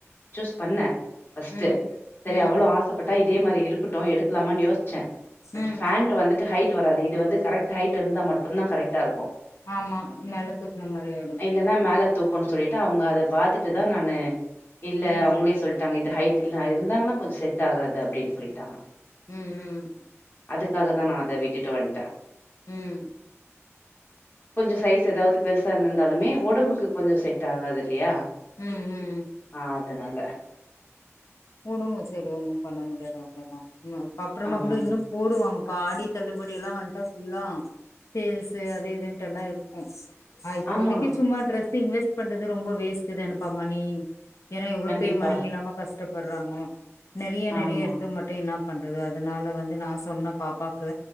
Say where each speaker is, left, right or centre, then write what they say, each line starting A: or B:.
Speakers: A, on the left; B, on the left.
A: சூஸ் பண்ணே ஃபஸ்ட்டு
B: ம்
A: சரி
B: ம்
A: அவ்ளோ ஆச ட்டா இதே மாதிரி இருக்கட்டு எடுக்கலாமானு யோசிச்சே பட்
B: ம்
A: ஃபேண்ட் டு வந்துட்டு ஹைட் வராது இது வந்து கரெக்ட் ஹைட் இருந்தா மட்டுந்தா கரெக்டாருக்கு
B: ஆமா பின்னால தூக்குன மாரி ஆயிடு
A: இல்லன்னா மேல தூக்கும்ன்னு சொல்லிட்டு அவுங்க அத பாத்துட்டு தா நானு இல்ல
B: ம்
A: அவுங்களே சொல்லிட் டாங்க இது ஹைட் இல்ல இருந்தாங்கன்னா கொஞ்சோ செட் ஆகாது அப்டின்னு சொல்லிட்டாங்க
B: ம் ம்
A: அதுக்காக தா நா அத விட்டுட்டு வன்ட்டே
B: ம்
A: கொஞ்ச சைஸ் ஏதாவது பெருசா இர்ந்திர்தாலுமே உடம்புக்கு கொஞ்ச செட்டாகாது இல்லையா
B: ம் ம் ம்
A: அ அதனால
B: உடுங்க சரி ஒண்ணு பண்ண முடியாது அவ்ளதா உன்னு அப்புறமா
A: ஆமாங்க.
B: கூட இன்னு போடுவாங்க பா ஆடி தள்ளுபடி எல்லா வன்ட்டா ஃபுல்லா சேல்ஸு அது இதுன்ட்டுலா இருக் ஆ இப்போதைக்கி
A: ஆமா.
B: சும்மா ட்ரெஸ்ஸு இன்வெஸ்ட் பண்றது ரொம்ப வேஸ்டு தேனப்பா மணி ஏனா எவ்ளோ
A: கண்டிப்பா.
B: பேர் மணி இல்லாம கஷ்டப்பட்றாங்கோ நெறைய நெறைய
A: ஆமா.
B: எடுத்து மட்டு இன்னாப் பண்றது அதனால வந்து நா சொன்ன பாப்பாக்கு